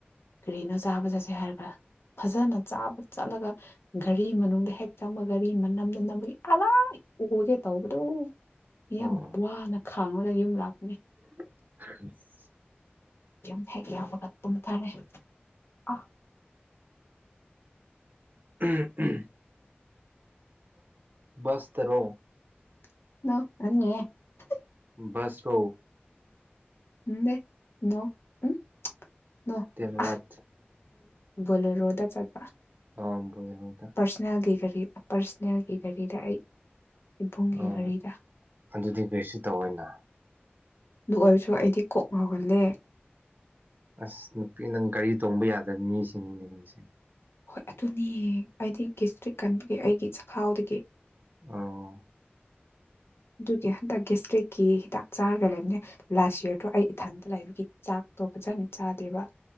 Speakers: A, on the left; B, on the right.
A: ꯀꯔꯤꯅꯣ ꯆꯥꯕ ꯆꯠꯁꯦ ꯍꯥꯏꯒ ꯐꯖꯅ ꯆꯥꯕ ꯆꯠꯂꯒ ꯒꯥꯔꯤ ꯃꯅꯨꯡꯗ ꯍꯦꯛ ꯆꯪꯕ ꯒꯥꯔꯤ ꯃꯅꯝꯗ ꯅꯝꯕꯒꯤ ꯑꯂꯥꯏ ꯑꯣꯒꯦ ꯇꯧꯕꯗꯣ ꯌꯥꯝ
B: ꯎꯝ
A: ꯋꯥꯅ ꯈꯥꯡꯉꯥꯒ ꯌꯨꯝ ꯂꯥꯛꯄꯅꯦ
B: <inaudible>
A: ꯌꯨꯝ ꯍꯦꯛ ꯌꯧꯕꯒ ꯇꯨꯝꯊꯔꯦ ꯑꯥ
B: ꯎꯝ ꯎꯝ ꯕꯁꯇꯔꯣ
A: <unintelligible>
B: ꯕꯁ ꯔꯣ
A: <unintelligible> ꯅꯣ ꯎꯝ ꯅꯣ
B: ꯗꯦꯟ ꯍꯋꯥꯠ
A: ꯑ ꯕꯣꯂꯦꯔꯣꯗ ꯆꯠꯄ
B: ꯑꯥ ꯕꯣꯂꯦꯔꯣꯗ
A: ꯄꯔꯁꯅꯦꯜꯒꯤ ꯒꯥꯔꯤ ꯄꯔꯁꯅꯦꯜꯒꯤ ꯒꯥꯔꯤꯗ ꯑꯩ ꯏꯕꯨꯡꯒꯤ
B: ꯑꯣ
A: ꯒꯥꯔꯤꯗ
B: ꯑꯗꯨꯗꯤ ꯀꯔꯤꯁꯨ ꯇꯧꯑꯣꯏꯅ
A: ꯑꯗꯨ ꯑꯣꯏꯔꯁꯨ ꯑꯩꯗꯤ ꯀꯣꯛ ꯉꯥꯎꯍꯜꯂꯦ
B: ꯑꯁ ꯅꯨꯄꯤ ꯅꯪ ꯒꯥꯔꯤ ꯇꯣꯡꯕ ꯌꯥꯗꯕ ꯃꯤꯁꯤꯡꯅꯤꯅꯦ ꯅꯪꯁꯦ
A: ꯍꯣꯏ ꯑꯗꯨꯅꯦ ꯑꯩꯗꯤ ꯒꯦꯁꯇ꯭ꯔꯤꯛ ꯀꯟꯕꯒꯤ ꯑꯩꯒꯤ ꯆꯈꯥꯎꯗꯒꯤ
B: ꯑꯣ
A: ꯑꯗꯨꯒꯤ ꯍꯟꯗꯛ ꯒꯦꯁꯇ꯭ꯔꯤꯛꯀꯤ ꯍꯤꯗꯥꯛ ꯆꯥꯔꯒ ꯂꯩꯕꯅꯦ ꯂꯥꯁ ꯌꯔꯗꯣ ꯑꯩ ꯏꯊꯟꯇ ꯂꯩꯕꯒꯤ ꯆꯥꯛ ꯑꯇꯣꯞꯄ ꯐꯖꯅ ꯆꯥꯗꯦꯕ